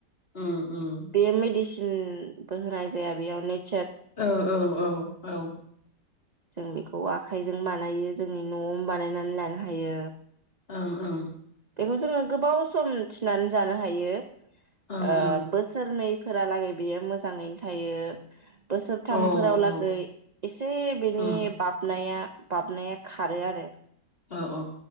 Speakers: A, on the left; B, on the right.
A: ओम-ओम
B: मेडिसिन बो होनाय जाया बेयाव निक
A: ओ औ-औ-औ
B: जों बेखौ आखाइजों बानायो जोंनि न'आवनो बानायनानै लानो हायो
A: ओं-ओं
B: बेखौ जोङो गोबाव सम थिनानै जानो हायो
A: ओं
B: ओ
A: ओं
B: बोसोरनै फोरालागै बेयो मोजाङैनो थायो बोसोरथामफोराव
A: औ
B: लागै
A: ओं
B: एसे बेनि
A: ओम
B: बाबनाया बाबनाया खारो आरो
A: अ-अ